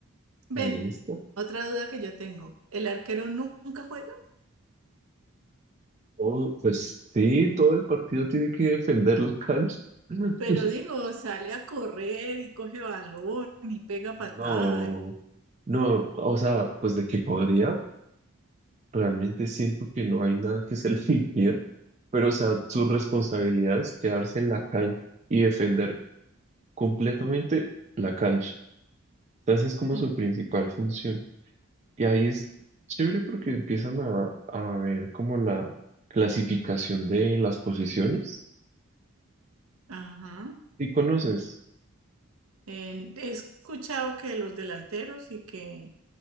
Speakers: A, on the right; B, on the right.
A: Ven,
B: ahí está.
A: otra duda que yo tengo. El arquero nu- nunca juega,
B: Todo- pues sí, todo el partido tiene que defender la cancha. <laughs>
A: pero digo, sale a correr y coge balón y pega patada.
B: No,
A: y-
B: no, o sea, pues de que podría. realmente siento que no hay nada que se le <laughs> impida, pero o sea, su responsabilidad es quedarse en la cancha y defender completamente la cancha. Entonces es como
A: mm,
B: su principal función. Y ahí es chévere porque empiezan a, a ver como la clasificación de las posiciones.
A: Ajá.
B: ¿Y conoces?
A: En- he escuchado que los delanteros y que